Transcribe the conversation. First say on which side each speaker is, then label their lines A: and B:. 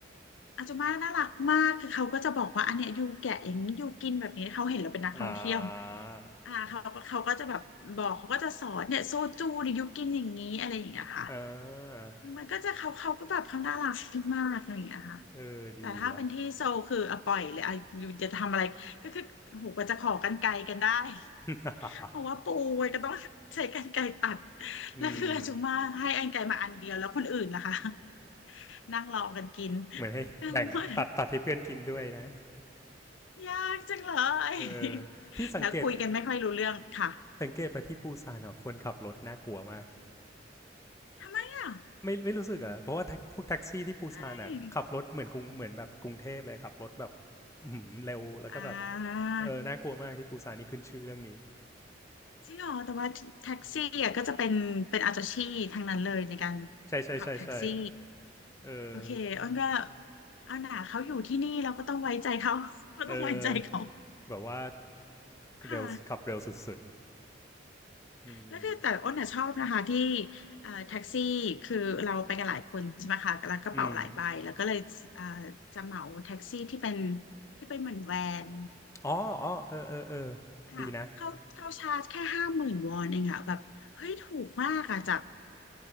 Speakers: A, on the left; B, on the left.
A: อาจจะมาน่ารักมากคือเขาก็จะบอกว่าอันเนี้ยอยู่แกะอย่างนี้อยู่กินแบบนี้เขาเห็นเราเป็นนักท่องเที่ยว
B: อ่า
A: อ่าเขาเขาก็จะแบบบอกเขาก็จะสอนเนี่ยโซจูเนี่ยอยู่กินอย่างนี้อะไรอย่างเงี้ยค่ะ
B: อ่า
A: มันก็จะเขาเขาก็แบบเขาน่ารักมากอะไรอย่างเงี้ยค่ะ
B: เออดีอะ
A: แต่ถ้าเป็นที่โซลคืออะปล่อยเลยอะอยู่จะทำอะไรก็คือโอ้โหกว่าจะขอกรรไกรกันได้
B: <laughs>
A: <laughs> เพราะว่าปูมันก็ต้องใช้กรรไกรตัด <laughs>
B: อืม
A: แล้วคืออาจุมาให้กรรไกรมาอันเดียวแล้วคนอื่นล่ะคะ <laughs> นั่งรอกันกิน
B: เหมือนให้แบ่งตัดตัดให้เพื่อนกินด้วยนะ
A: <laughs> กังวลยากจังเลย
B: เออที่สังเกต
A: <laughs> แล้วคุยกันไม่ค่อยรู้เรื่องค่ะ
B: สังเกตไปที่ปูซานอ่ะคนขับรถน่ากลัวมาก
A: <laughs> เนี่ย
B: ไม่ไม่รู้สึกเหรอ่ะเพราะว่าพวกแท็กซี่ที่ปูซานอ่ะขับรถเหมือนกรุงเหมือนแบบกรุงเทพเลยขับรถแบบ
A: ใช่
B: หืมเร็วแล้วก็แบบ
A: อ่า
B: เออน่ากลัวมากที่ปูซานนี่ขึ้นชื่อเรื่องนี้
A: จริงเหรอแต่ว่าแท็กซี่อ่ะก็จะเป็นเป็นอาจาชีพทางนั้นเลยในการ
B: ใช่ใช่ใช่ใช่
A: ขับแท็กซี่
B: เออ
A: โอเคอ้นก็เอาหนาเขาอยู่ที่นี่เราก็ต้องไว้ใจเขา <laughs> เราต้องไว้ใจเขา
B: เออแบบว่า
A: ค่ะ
B: เร็วขับเร็วสุดๆอืม
A: แล้วคือแต่อ้นน่ะชอบนะคะที่เอ่อแท็กซี่คือเราไปกันหลายคนใช่ไหมคะแล้วกระเป๋าหลายใบแล้วก็เลยเอ่อ
B: อืม
A: จะเหมาแท็กซี่ที่เป็นที่เป็นเหมือนแวน
B: อ๋ออ๋อเออเออเออ
A: ค่ะเขาเขาชาร์จแค่ห้าหมื่นวอนเองอะแบบเฮ้ยถูกมากอะจาก
B: ดีนะ